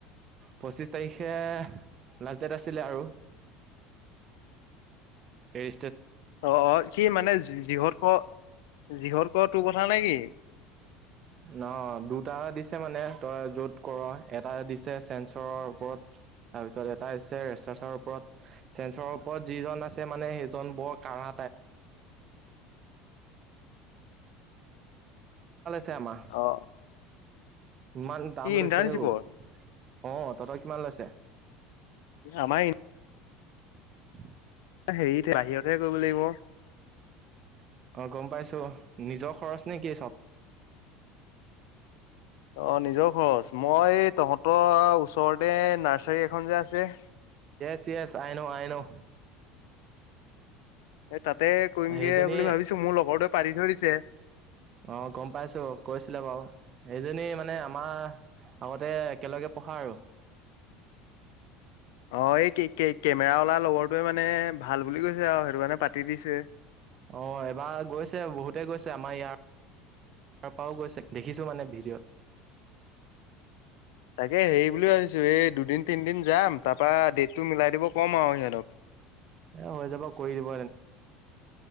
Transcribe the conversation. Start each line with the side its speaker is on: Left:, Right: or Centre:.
Right: পঁচিছ তাৰিখে লাষ্ট ডেট আছিলে আৰু। এই
Left: অ কি মানে যিহত ক যিহত ক তোৰ কথা নে কি?
Right: ন দুটা দিছে মানে তই য'ত কৰ এটা দিছে চেঞ্চৰৰ ওপৰত তাৰপিছত এটা হৈছে ৰেচাৰছৰ ওপৰত চেঞ্চৰৰ ওপৰত যিজন আছে মানে সেইজন বৰ কঢ়া <unintelligible> চমাহ
Left: অ'
Right: ইমান দাম
Left: কি
Right: লৈছে
Left: ইণ্টাৰ্ণশ্বিপৰ?
Right: হও অ তহঁতই কিমান লৈছে?
Left: আমাৰ
Right: উ।
Left: হেৰিতে বাহিৰতহে কৰিব লাগিব।
Right: অ গম পাইছো নিজৰ খৰচ নে কি চব।
Left: অ নিজৰ খৰচ মই তহঁতৰ ওচৰতে নাৰ্চাৰী এখন যে আছে
Right: ছ ছ আই নো আই ন'।
Left: এ তাতে কৰিমগে
Right: সেইজনী
Left: বুলি ভাবিছো মোৰ লগৰটোৱে পাৰ ধৰিছে।
Right: অ গম পাইছো কৈছিলে বাৰু এইজনী মানে আমাৰ আগতে একেলগে পঢ়া আৰু।
Left: অ', এই কেমেৰা লা লগৰটোৱে মানে ভাল বুলি কৈছে আৰু সেইটো কাৰানে পাতি দিছোৱয়ে।
Right: অ', এবাৰ গৈছে বহুতে গৈছে আমাৰ ইয়াৰ তাৰ পৰাও গৈছে দেখিছোঁ মানে ভিডিঅ'ত।
Left: তাকে হেৰি বুলি ভাবিছো এই দুদিন তিনদিন যাম তাৰপা ড তটো মিলাই দিব কম আৰু সিহঁতক।
Right: এ হৈ যাব কৰি দিব